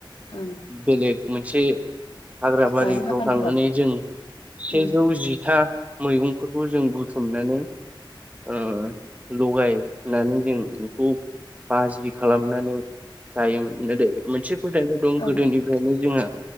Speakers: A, on the left; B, on the right.
A: ओं
B: बेलेग मोनसे हाग्राबारिफ्राव
A: बारि बागानफ्राव
B: थांनानै जों सेजौ
A: उम
B: जिथा मैगंफोरखौ जों बुथुमनानै ओ लगायनानै जों बेखौ बाजि खालामनानै जायोमोन गोदो मोनसे फोथायनाय दं गोदोनिफ्रायनो
A: औ
B: जोंहा